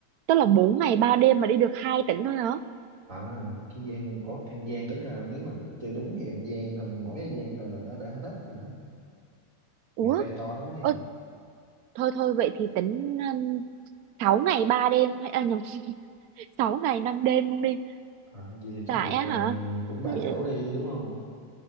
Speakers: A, on the right (about 70°); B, on the right (about 50°).
A: tức là 4 ngày 3 đêm mà đi được hai tỉnh thôi hả?
B: À, Kiên Giang, ủa An Giang tính ra nếu mà chơi đúng thì An Giang thôi, mỗi An Giang thôi là nó đã hết rồi đó.
A: Ủa,
B: Miền Tây to lắm ấy.
A: ôi, thôi thôi vậy thì tính um, 6 ngày 3 đêm, hay- à, nhầm, <laughs> 6 ngày 5 đêm luôn đi.
B: À, vậy thì chắc
A: Tại
B: được
A: á
B: à,
A: hả?
B: cũng ba
A: Ừ,
B: chỗ đi đúng không?